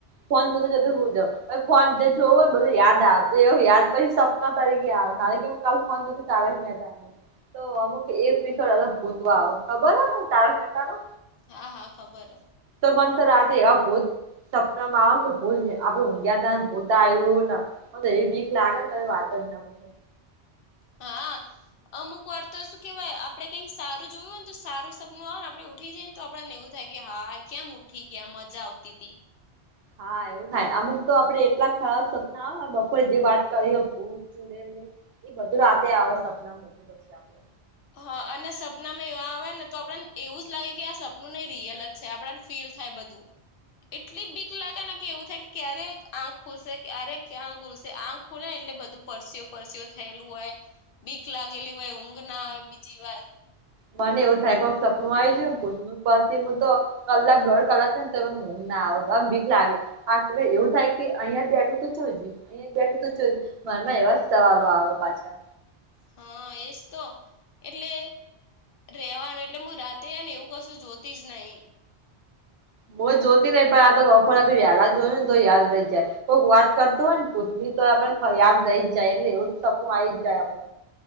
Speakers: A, on the right; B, on the left.
A: ફોન જોતે જોતે હુઈ જ‌ઉ એ ફોન જે જોવુંને બધું યાદ આવે એવુ યાદ પછી. નવ તારીખે આવ તારે કેમ હું કાલ ફોન જોતી તી તારક મહેતા. તો અમુક એપિસોડ ભૂત ખબર હો તારક મહેતા નો.
B: હા હા ખબર હૈ.
A: તો મન તો રાતેે એવાં ભુત. સપનમાં આવે કે ભૂત આપે ઊંઘ્યા તને ભૂત આયુ ન. મન ત એવી બીક લાગે ને તમે વાત ના પુછો.
B: હા. અમુક વાર તો શું કેહેવાય આપડે કંઈક સારું જોયું હો ને તો સારું સપનું આવે ને આપડે ઉઠી જ‌ઈ તો આપણને એવું થાય. હા હા કેમ ઉઠી ગયા મજા આવતી તી.
A: હા એવું થાય અમુક તો આપડે એટલા ખરાબ સપના આવે ને બપોરે જે વાત કરીએ ભૂત ચૂડેલ. એ બધું રાતે આવે સપના બધું પછી આપડે.
B: હા અને સપનામાં એવા આવે ને તો આપડને એવું જ લાગે કે આ સપનું નહી રિયલ. છે આપડને ફીલ થાય બધું. એટલી બીક લાગે ને કે એવું થાય કે ક્યારે આંખ ખુલસે ક્યારે ક્યાં ખુલશે આંખ. ખુલે એટલે બધું પરસી પરસીયો થયેલું હોય બીક લાગેલી હોય ઊંઘ ના આવે. બીજી વાત.
A: મને એવું થાય કોક સપનું આવી ગયુ તું પાછી હું તો કલાક દોઢ કલાક થાય. ના બીક લાાગે આ એવું થાય કે અહિયાં બેઠો તો ચ ગ્યું. અહીંયા બેઠો તો મનમાં એવા જ સવાલો આવે પાછા.
B: હા એજ તો એટલે. રેવાનું એટલે હું રાતે ને એવું કશું જોતી જ નહીં.
A: હું જોતી નહિ પણ આ તો બપોરે આપે વેહલા જોયું ને તો યાદ રઇ જાય. કોક વાત કરતું હોય ને ભુત ની તો આપડે યાદ રહી જાય એટલે એવું સપનું આઈ જ જાય આપડે.